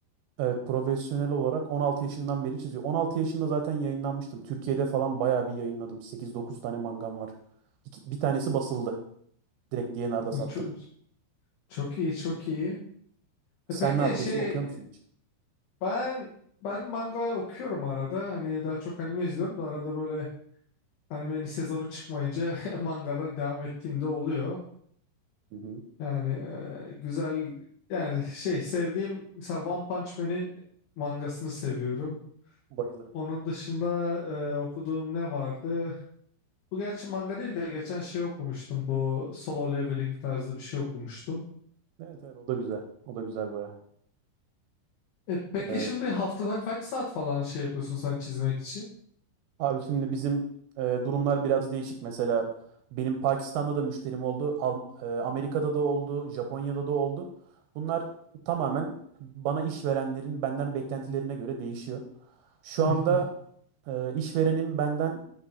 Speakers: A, on the right; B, on the left.
A: Evet profesyonel olarak 16 yaşından beri çiziyor. 16 yaşında zaten yayınlanmıştım. Türkiye'de falan bayağı bir yayınladım. 8-9 tane mangam var. İki- bir tanesi basıldı. Direkt D&R'da sattım.
B: Çok, çok iyi, çok iyi.
A: Sen
B: E, peki
A: ne yapıyorsun?
B: şey
A: Okuyor musun
B: ben ben manga okuyorum arada. Hani daha çok anime izliyorum da arada böyle animenin sezonu çıkmayınca <laughs> mangadan devam ettiğimde oluyor.
A: Hı hı.
B: Yani e, güzel yani şey sevdiğim mesela One Punch Man'in mangasını seviyorum.
A: Bayılırım.
B: Onun dışında e, okuduğum ne vardı? Bu gerçi manga değil de geçen şey okumuştum. Bu solo leveling tarzı bir şey okumuştum.
A: Evet evet o da güzel. O da güzel baya.
B: E, peki
A: Ee,
B: şimdi haftada kaç saat falan şey yapıyorsun sen çizmek için?
A: abi şimdi bizim e, durumlar biraz değişik. Mesela benim Pakistan'da da müşterim oldu. Al- e, Amerika'da da oldu. Japonya'da da oldu. Bunlar tamamen bana işverenlerin benden beklentilerine göre değişiyor. Şu
B: Hı
A: anda
B: hı,
A: e, işverenim benden